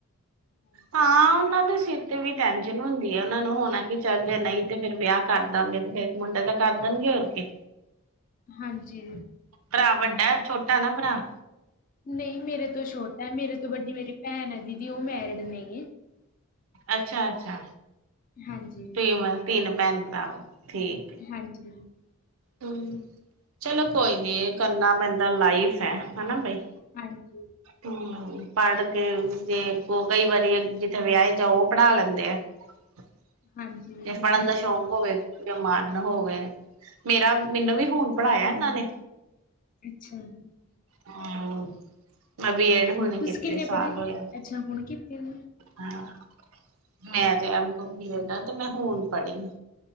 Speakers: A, on the left; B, on the right.
A: <inaudible>
B: ਹਾਂ ਉਹਨਾਂ ਦੇ ਸਿਰ ਤੇ ਵੀ ਟੈਸ਼ਨ ਹੁੰਦੀ ਹੈ ਉਹਨਾਂ ਨੂੰ ਹੋਣਾ ਕਿ ਚੱਲ ਜੇ ਨਹੀਂ ਤੇ ਫਿਰ ਵਿਆਹ ਕਰ ਦਾਂਗੇ ਤੇ ਫ ਮੁੰਡਾ ਤਾਂ ਕੱਦਨ ਗੇਓਰ ਕੇ
A: ਹਾਂਜੀ।
B: ਭਰਾ ਵੱਡਾ ਛੋਟਾ ਨਾ ਭਰਾ
A: ਨਹੀਂ, ਮੇਰੇ ਤੋਂ ਛੋਟਾ ਮੇਰੇ ਤੋਂ ਵੱਡੀ ਮੇਰੀ ਭੈਣ ਹੈ ਦੀਦੀ, ਉਹ ਮੈਰਿਡ ਨਹੀ ਹੈ।
B: ਅੱਛਾ-ਅੱਛਾ।
A: ਹਾਂਜੀ।
B: ਤੀਨ ਤਿੰਨ ਬੈਨਕ ਦਾ ਠੀਕ
A: ਹਾਂਜੀ
B: ਹੂੰ ਚਲੋ ਕੋਈ ਨੀ ਕਰਨਾ ਬੈਂਦਾ ਲਾਈਫ ਐ ਹਨਾ ਬਾਈ।
A: ਹਾਂਜੀ।
B: ਹੂੰ ਪੜ ਕੇ ਜੇ ਕੋ ਕਈ ਵਾਰੀ ਜਿੱਥੇ ਵਿਆਏ ਜਾਓ ਓ ਪੜ੍ਹਾ ਲੈਂਦੇ ਅਤ।
A: ਹਾਂਜੀ ਦੀਦੀ
B: ਜੇ
A: ਇਹ
B: ਪੜ੍ਹਨ
A: ਤਾਂ ਹੈਗਾ
B: ਦਾ ਸ਼ੌਂਕ ਹੋਵੇ ਜ ਮਨ ਹੋਵੇ ਮੇਰਾ ਮੈਨੂੰ
A: ਹਾਂਜੀ।
B: ਵੀ ਹੁਣ ਪੜ੍ਹਾਇਆ ਇਹਨਾਂ ਨੇ
A: ਅੱਛਾ ਜ
B: ਹਮ ਮੈਂ ਬੀ ਐਡ ਹੋਣੀ
A: ਤੁਸੀਂ
B: ਕੀਤੀ
A: ਕਿੰਨੇ
B: ਸਾਲ
A: ਪੜ੍ਹੇ
B: ਹੋਇਆ
A: ਅੱਛਾ, ਹੁਣ ਕੀਤੇ ਨੇ
B: ਹਾਂ, ਮੈਂ ਤੇ ਐਮ ਕੌਮ, ਬੀ ਐਡ ਆ ਤੇ, ਮੈਂ ਹੁਨ ਪੜ੍ਹੀ।